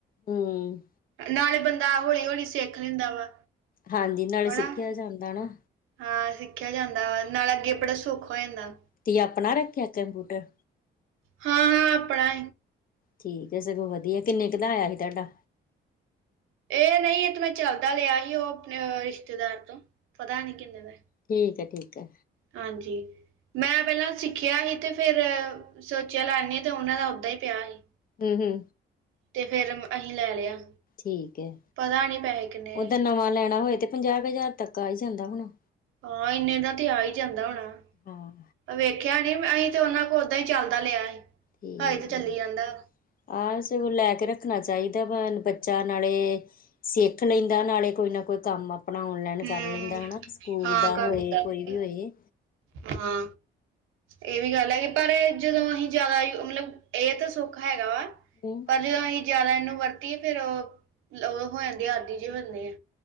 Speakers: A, on the left; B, on the right.
A: ਹਮ
B: ਨਾਲੇ ਬੰਦਾ ਹੌਲੀ -ਹੌਲੀ ਸਿੱਖ ਲੈਂਦਾ ਵਾ।
A: ਹਾਂਜੀ ਨਾਲੇ ਸਿੱਖਿਆ
B: ਹਨਾ
A: ਜਾਂਦਾ ਨਾ
B: ਹਾਂ ਸਿੱਖਿਆ ਜਾਂਦਾ ਨਾਲ ਅੱਗੇ ਬੜਾ ਸੁਖ ਹੋ ਜਾਂਦਾ
A: ਤੁਹੀ ਆਪਣਾ ਰੱਖਿਆ ਕੰਪਿਊਟਰ।
B: ਹਾਂ, ਹਾਂ ਆਪਣਾ
A: ਠੀਕ ਹੈ ਸਗੋਂ ਵਧੀਆ, ਕਿੰਨੇ ਕੁ ਦਾ ਆਇਆ ਸੀ ਤੁਹਾਡਾ
B: ਇਹ ਨਹੀਂ ਇਹ ਤੇ ਮੈਂ ਚੱਲਦਾ ਲਿਆ ਹੀ ਉਹ ਆਪਣੇ ਰਿਸ਼ਤੇਦਾਰ ਤੋਂ, ਪਤਾ ਨੀ ਕਿੰਨੇ ਦਾ
A: ਠੀਕ ਏ ਠੀਕ ਐ
B: ਹਾਂਜੀ। ਮੈਂ ਪਹਿਲਾਂ ਸਿੱਖਿਆ ਸੀ, ਤੇ ਫਿਰ ਸੋਚਿਆ ਲੈਂਦੀ ਤੇ ਉਹਨਾਂ ਦਾ ਓਦਾਂ ਹੀ ਪਿਆ ਸੀ
A: ਹਮ ਹਮ।
B: ਤੇ ਫੇਰ ਅਹੀ ਲੈ ਲਿਆ।
A: ਠੀਕ ਹੈ
B: ਪਤਾ ਨਹੀਂ ਪੈਸੇ ਕਿੰਨੇ
A: ਓਦਾਂ
B: ਆਏ
A: ਨਵਾਂ ਲੈਣਾ ਹੋਏ ਤੇ ਪੰਜਾਹ ਹਜ਼ਾਰ ਤੱਕ ਆਈ ਜਾਂਦਾ ਹੋੁਣਾ।
B: ਹਾਂ ਇੰਨੇ ਦਾ ਤੇ ਆ ਹੀ ਜਾਂਦਾ ਹੋਣਾ।
A: ਹਾਂ
B: ਵੇਖਿਆ ਨੀ ਅਸੀਂ ਤੇ ਉਹਨਾ ਕੋਲ ਓਦਾਂ ਹੀ ਚੱਲਦਾ ਲਿਆ ਸੀ
A: ਠੀਕ
B: ਹਾਈ ਤੇ ਚੱਲੀ
A: ਹੈ।
B: ਜਾਂਦਾ।
A: ਆਹ ਲੈ ਕੇ ਰੱਖਣਾ ਚਾਹੀਦਾ ਵਾ ਬੱਚਾ ਨਾਲੇ ਸਿੱਖ ਲੈਂਦਾ ਨਾਲੇ ਕੋਈ ਨਾ ਕੋਈ ਕੰਮ ਆਪਣਾ ਔਨਲਾਈਨ ਕਰ
B: ਹੂੰ
A: ਲੈਂਦਾ ਹੈਾ ਸਕੂਲ
B: ਹਾਂ
A: ਦਾ
B: ਕਰ
A: ਹੋਏ
B: ਹੁੰਦਾ ਹੈ।
A: ਕੋਈ ਵੀ ਹੋਏ।
B: ਹਾਂ। ਇਹ ਵੀ ਗੱਲ ਹੈਗੀ ਪਰ ਜਦੋਂ ਅਸੀਂ ਜ਼ਿਆਦਾ ਮਤਲਬ ਇਹ ਤਾਂ ਸੌਖਾ ਹੈਗਾ ਵਾ
A: ਹਮ
B: ਪਰ ਜੋਂ ਅਸੀਂ ਜਿਆਦਾ ਇਹਨੂੰ ਵਰਤੀਏ ਫੇਰ ਉਹ ਉਹ ਹੋ ਜਾਂਦੇ ਆਦੀ ਜੀ ਹੁੰਦੇ ਆ।